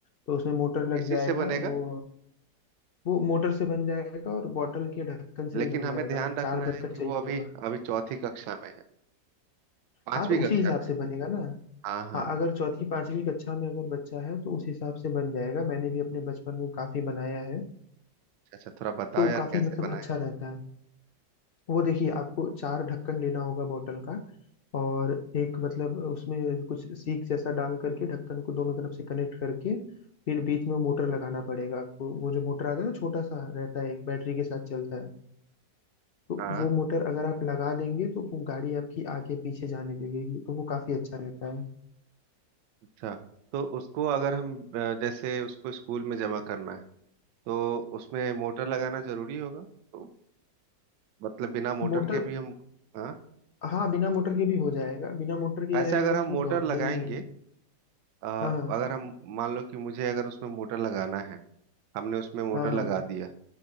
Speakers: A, on the left; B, on the right.
A: तो उसमें मोटर
B: वो किसी
A: लग जाएगा
B: से बनेगा
A: वो वो मोटर से बन जाएगा और बॉटल के ढक्कन से
B: लेकिन
A: भी बन
B: हमें
A: जाएगा
B: ध्यान रखना
A: चार ढक्कन
B: है कि
A: चाहिए
B: वो अभी
A: होगा
B: अभी चौथी कक्षा में है पांचवी
A: हाँ तो
B: कक्षा
A: उसी हिसाब
B: में
A: से
B: है।
A: बनेगा ना
B: हाँ हाँ
A: हाँ अगर चौथी पांचवी कक्षा में अगर बच्चा है तो उस हिसाब से बन जाएगा मैंने भी अपने बचपन में काफी बनाया है
B: अच्छा अच्छा थोड़ा बताओ
A: तो
B: यार
A: काफी
B: कैसे
A: मतलब
B: बनाए
A: अच्छा रहता है वो देखिए आपको चार ढक्कन लेना होगा बोतल का और एक मतलब उसमें कुछ सीक जैसा डाल करके ढक्कन को दोनों तरफ से कनेक्ट करके फिर बीच में मोटर लगाना पड़ेगा आपको वो जो मोटर आता है ना छोटा सा रहता है एक बैटरी के साथ चलता है तो
B: हाँ
A: वो मोटर अगर आप लगा देंगे तो वो गाड़ी आपकी आगे पीछे जाने लगेगी तो वो काफी अच्छा रहता है
B: अच्छा तो उसको अगर हम अ, जैसे उसको स्कूल में जमा करना है तो उसमें मोटर लगाना जरूरी होगा तो मतलब बिना मोटर
A: मोटर
B: के भी हम हाँ
A: हाँ बिना मोटर के भी हो जाएगा बिना मोटर के
B: ऐसे
A: ये रहेगा
B: अगर हम
A: कि वो
B: मोटर
A: दौड़े
B: लगाएंगे
A: ही नहीं
B: अ,
A: हाँ हाँ
B: अगर हम मान लो कि मुझे अगर उसमें मोटर लगाना है हमने उसमें मोटर
A: हाँ हाँ
B: लगा दिया